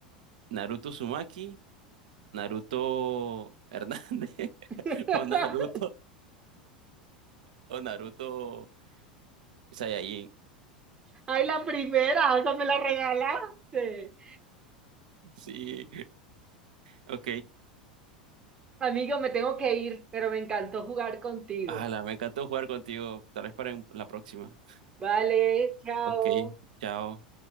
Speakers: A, on the right (about 65°); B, on the right (about 20°).
A: Naruto Sumaki, Naruto Hernández <laughs>
B: <laughs>
A: o Naruto o Naruto Saiyajin.
B: Ay, la primera, esa me la regalaste.
A: Sí, ok.
B: Amigo, me tengo que ir, pero me encantó jugar contigo.
A: Ala, me encantó jugar contigo. Tal vez para en- la próxima.
B: Vale, chao.
A: Ok, chao.